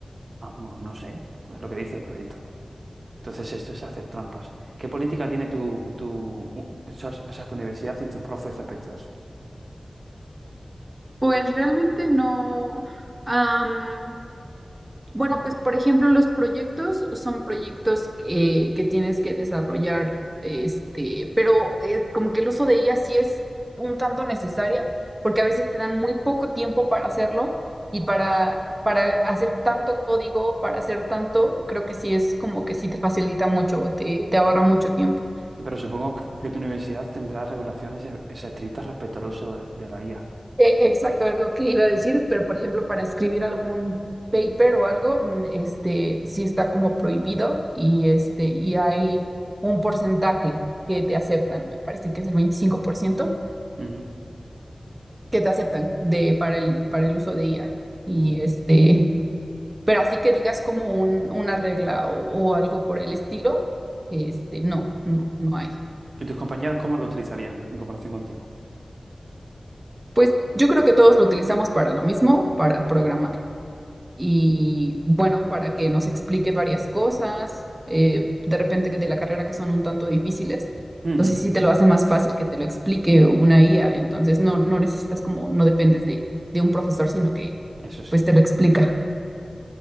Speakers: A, on the right; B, on the right.
A: "Ah, no no sé, es lo que dice el proyecto. Entonces esto es hacer trampas. ¿Qué política tiene tu, tu, u- o sea, o sea, tu universidad y tus profes respecto a eso?
B: Pues realmente no. am, bueno,
A: Como que
B: pues
A: no.
B: por ejemplo, los proyectos son proyectos que, que tienes que desarrollar, este, pero eh, como que el uso de IA sí es un tanto necesaria, porque a veces te dan muy poco tiempo para hacerlo y para, para hacer tanto código, para hacer tanto, creo que sí es como que sí te facilita mucho, te, te ahorra mucho tiempo.
A: Sí, Pero supongo que que tu universidad tendrá regulaciones e- estrictas respecto al uso de, de la IA.
B: E- Exacto, es lo que iba a decir, pero por ejemplo, para escribir algún paper o algo, mm, este, sí está como prohibido y este, y hay un porcentaje que te aceptan, me parece que es el 25%
A: Ujú.
B: que te aceptan de, para el, para el uso de IA. Y
A: Mm.
B: este, pero así que digas como un, una regla o, o algo por el estilo, este, no, no, no hay.
A: ¿Y tus compañeros cómo lo utilizarían en comparación contigo?
B: Pues yo creo que todos lo utilizamos para lo mismo, para programar. y
A: Mm.
B: bueno, para que nos explique varias cosas, eh, de repente que de la carrera que son un tanto difíciles.
A: Ujú,
B: Entonces
A: ujú.
B: sí te lo hace más fácil que te lo explique una IA. Entonces no, no necesitas como, no dependes de, de un profesor, sino que
A: Eso sí.
B: pues te lo explica.